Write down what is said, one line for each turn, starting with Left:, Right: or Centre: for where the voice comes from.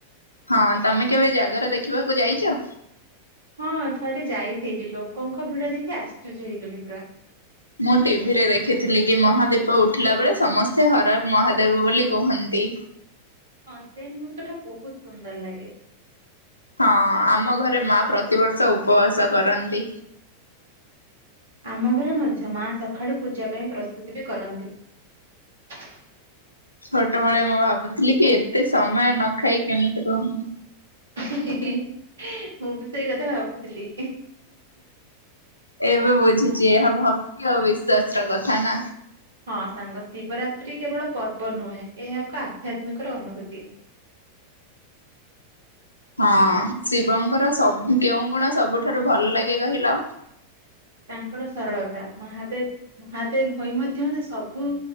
Left: ହଁ ତମେ କେବେ ଜାଗରେ ଦେଖିବାକୁ ଯାଇଚ?
Right: ହଁ ଥରେ ଯାଇଥିଲି ଲୋକଙ୍କ ଭିଡ଼ ଦେଖି ଆଶ୍ଚର୍ଯ୍ୟ ହେଇଗଲି ପୁରା।
Left: ମୁଁ ଟିଭିରେ ଦେଖିଥିଲିକି ମହାଦୀପ ଉଠିଲା ବେଳେ ସମସ୍ତେ ହର ହର ମହାଦେବ ବୋଲି କୁହନ୍ତି।
Right: ହଁ ସେଇ ମୁହୂର୍ତ୍ତଟା ବହୁତ୍ ସୁନ୍ଦର ଲାଗେ।
Left: ହଁ ଆମ ଘରେ ମା ପ୍ରତିବର୍ଷ ଉପବାସ କରନ୍ତି।
Right: ଆମ ଘରେ ମଧ୍ୟ ମା ସକାଳୁ ପୂଜା ପାଇଁ ପ୍ରସ୍ତୁତିବି କରନ୍ତି। <inaudible>
Left: ଛୋଟବେେଳେ ମୁଁ ଭାବୁଥିଲିକି ଏତେ ସମୟ ନଖାଇ କେମିତି ରୁହ
Right: ହୁ ହୁ ମୁଁ ବି ସେଇ କଥା ଭାବୁଥିଲି।
Left: ଏବେ ବୁଝୁଚି ଏହା ଭକ୍ତି ଆଉ ବିଶ୍ଵାସର କଥାନା।
Right: ହଁ ସାଙ୍ଗ ଶିବରାତ୍ରି କେବଳ ପର୍ବ ନୁହେଁ ଏହା ଏକ ଆଧ୍ୟାତ୍ମିକର ଅନୁଭୂତି।
Left: ହଁ ଶିବଙ୍କର ସ କେଉଁ ଗୁଣ ସବୁଠାରୁ ଭଲ ଲାଗେ କହିଲ?
Right: ତାଙ୍କର ସରଳତା ମହାଦେବ ମହାଦେବ ହୋଇ ମଧ୍ୟ ସେସବୁ